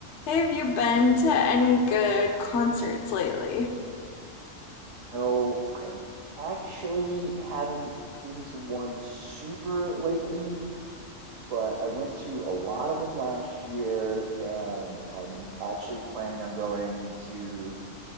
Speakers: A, on the left; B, on the right.
A: Hey, Have you been to any good concerts lately?
B: No, I actually haven't been to one super lately, but I went to a lot of them last year, and I'm actually planning on going to